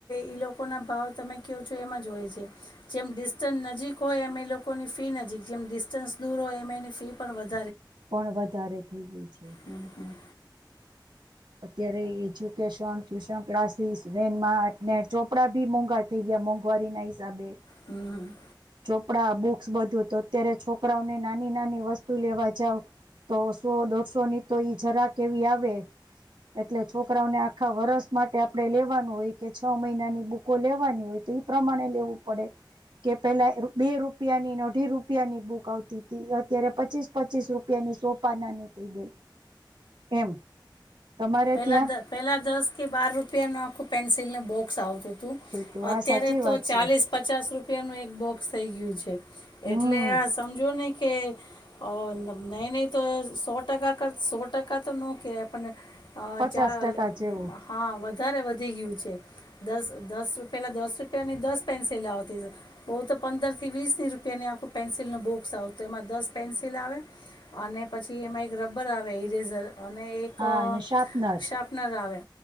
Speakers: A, on the left (about 75°); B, on the right (about 75°).
A: ઈ લોકોના ભાવ તમે કેવ છો એમજ હોય છે જેમ ડિસ્ટન્સ નજીક હોય એમ એ લોકોની ફી નજીક જેમ ડિસ્ટન્સ દૂર હોય એમ એની ફી પણ વધ
B: પણ વધારે થઈ ગય છે.
A: હમ્મ હમ્મ
B: અત્યારે એજ્યુકેશન, ટ્યુશન ક્લાસીસ, વેનમાં અને ચોપડા બી મોંઘા થઈ ગયા મોંઘવારીના હિસાબે.
A: હમ્મ
B: ચોપડા, બુક્સ બધું તો અત્યારે છોકરાઓને નાની નાની વસ્તુ લેવા જાવ તો સો દોઢસોની તોઈ જરાક કેવી આવે એટલે છોકરાઓને આખા વરસ માટે આપણે લેવાનું હોય કે છ મહિનાની બુકો લેવાની હોય તો એ પ્રમાણે લેવું પડે કે પેલા બે રૂપિયાનીને અઢી રૂપિયાની બુક આવતી હતી અત્યારે પચીસ પચીસ રૂપિયાની સો પાનાની થઈ ગઈ. એમ. તમારે
A: પેલા
B: ત્યાં
A: પેલા દસ કે બાર રૂપ રૂપિયાનું આખું પેન્સ બોક્સ આવતું
B: હતું હા
A: અત્યારે
B: સાચી
A: તો
B: વાત
A: ચાલીસ
B: છે
A: પચાસ રૂપ રૂપિયાનું એક બોક્સ થઈ ગયું છે.
B: હમ
A: એટલે સમજો નય. કે નહી નહી તો સો ટકા કર સો ટકા તો ન કે પણ અ
B: પચાસ
A: ચાર
B: ટકા જેવું
A: હા વધ વધારે વધી ગયું છે દસ દસ રૂપિયાલાં દસ રૂપિયાની દસ પેન્સિલ આવતી બહ તો પંદરથી વીસની રૂપિયાની આખું પેન્સિલનું બોક્સ આવ તો એમાં દસ પેન્સિલ આવે અને પછી એમાં એક રબર આવે ઇરેઝર અને એક
B: હા અને શાર્પનર
A: શાર્પનર આવે